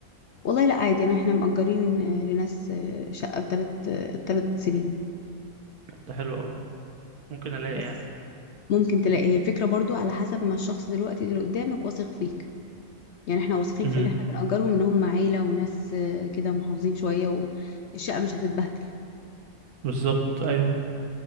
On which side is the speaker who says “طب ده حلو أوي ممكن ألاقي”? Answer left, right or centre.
Right